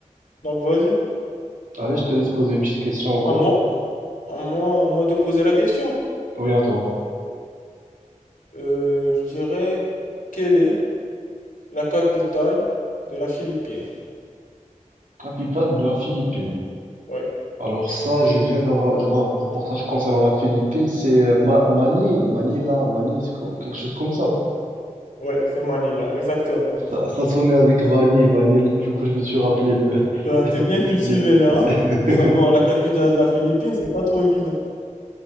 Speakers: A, on the left (about 85°); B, on the right (about 80°).
A: Donc vas-y.
B: Allez, je te laisse poser une petite question encore.
A: À moi, à moi, à moi de poser la question.
B: Oui, à toi.
A: Euh, je dirais, quelle est la capitale de la Philippine?
B: Capitale de la Philippine.
A: Ouais.
B: Alors ça, je viens d'avoir de voir un reportage concernant la Philippine, c'est euh, Ma- Mani, Manila, Mani, c'est comme- quelque chose comme ça.
A: Ouais, c'est Manila, exactement.
B: Ça, ça sonnait avec Vanille, Vanille, du coup je me suis rappelé de...
A: Ben,
B: <laughs>
A: t'es bien cultivé
B: de...
A: là, hein?
B: <laughs>
A: Pour savoir la capitale de la Philippine, c'est pas trop évident.